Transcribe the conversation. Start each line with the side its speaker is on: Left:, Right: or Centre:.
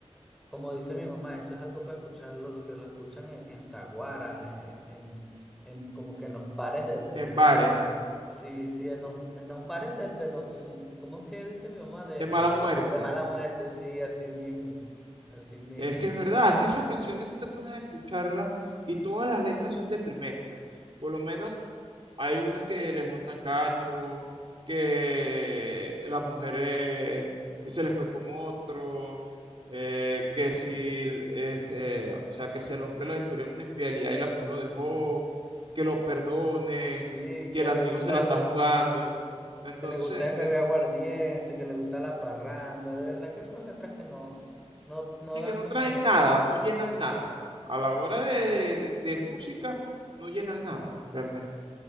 Centre: como dice mi mamá, eso es algo para escucharlo, que lo escuchan en, en taguaras, en, en- en como que en los bares de, de,
Right: En
Centre: de-
Right: bares,
Centre: sí, sí, en los, en los bares de, de los, ¿cómo es que dice mi mamá? De,
Right: de
Centre: de,
Right: mala muerte.
Centre: de, de mala muerte, sí, así mismo, así mismo.
Right: Es que es verdad, es que esas canciones tú te pones a escucharlas y todas las letras son deprimentes. Por lo menos Hay unos que les montan cacho, que las mujeres se les fue con otro, eh, que si ese, o sea, que si al hombre lo descubrieron una infidelidad y la mujer lo dejó, que lo perdone,
Centre: Sí,
Right: que
Centre: que
Right: el amigo
Centre: le gusta
Right: se la está
Centre: es be-
Right: jugando. Entonces,
Centre: que le gusta es beber
Right: eh,
Centre: aguardiente, que le gusta la parranda, de verdad que son letras que no, no, no
Right: y
Centre: dan
Right: que no
Centre: como
Right: traen
Centre: muy,
Right: nada, no llenan nada. A la hora de, de- de- de música, no llenan nada, realmente.